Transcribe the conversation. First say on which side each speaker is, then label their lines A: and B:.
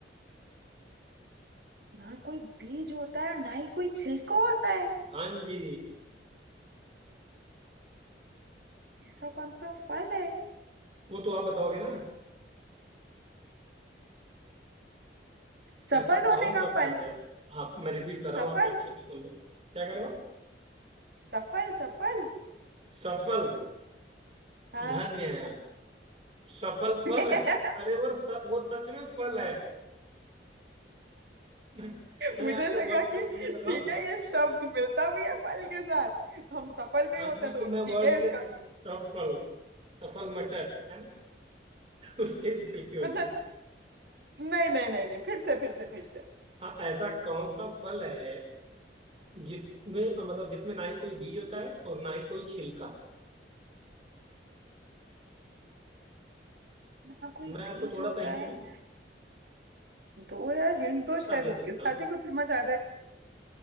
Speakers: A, on the right; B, on the right.
A: ना कोई बीज होता है और ना ही कोई छिलका होता है
B: हाँ जी
A: ऐसा कौन सा फल है
B: वो तो आप बताओगे ना
A: सफल
B: ऐसा
A: होने
B: कौन
A: का
B: सा
A: फल
B: फल है आप मैं रिपीट कर रहा
A: सफल
B: हूँ आप अच्छे से सुन लो क्या करे आप
A: सफल सफल
B: सफल
A: हाँ
B: धन्य है आप सफल
A: <laughs>
B: फल है अरे वो स, वो सच में फल है मैं, मैं
A: मुझे
B: आपसे
A: लगा
B: वर्ड प्ले
A: कि
B: थोड़ी कर रहा
A: ठीक
B: हूँ
A: है ये शब्द मिलता भी है फल के साथ तो हम सफल भी
B: हाँ
A: होते
B: जी
A: हैं
B: तो
A: तो
B: मैं
A: ठीक
B: वर्ड
A: है
B: प्ले
A: इसका
B: थोड़ी सफल सफल मटर है ना उसके भी छिलके होते
A: अच्छा
B: हैं
A: नहीं नहीं नहीं नहीं फिर से फिर से फिर से
B: हाँ ऐसा कौन सा फल है जिसमें मतलब जिसमें ना ही कोई बीज होता है और ना ही कोई छिलका
A: ना कोई
B: मैं आपको
A: बीज
B: थोड़ा
A: होता
B: सा हिंट
A: है
B: दूं
A: ना- दो यार हिंट दो
B: थोड़ा
A: शायद
B: सा दे
A: उसके
B: सकता
A: साथ
B: हूँ
A: ही कुछ समझ आ जाए